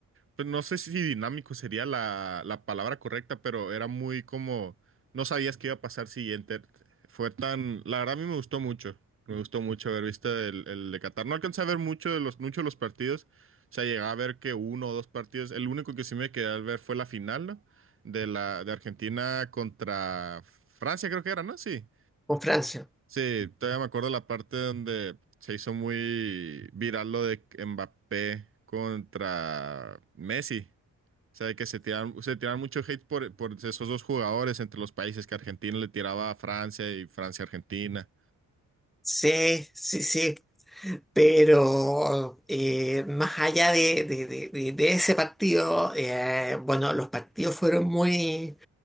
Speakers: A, on the right; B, in the centre.
A: pues, no sé si dinámico sería la, la palabra correcta, pero era muy como, no sabías qué iba a pasar siguiente. Fue tan, la verdad a mí me gustó mucho, me gustó mucho haber visto el, el de Qatar. No alcancé a ver mucho de los, muchos de los partidos, o sea, llegaba a ver que uno o dos partidos, el único que sí me quedé a ver fue la final, ¿no? De la, de Argentina contra Francia, creo que era, ¿no? Sí,
B: Con Francia.
A: sí, todavía me acuerdo la parte donde se hizo muy viral lo de Mbappé contra Messi. O sea, de que se tiraron, se tiraron mucho hate por, por esos dos jugadores entre los países que Argentina le tiraba a Francia y Francia a Argentina.
B: Sí, sí, sí. Pero eh, más allá de, de- de- de- de ese partido, eh, bueno, los partidos fueron muy,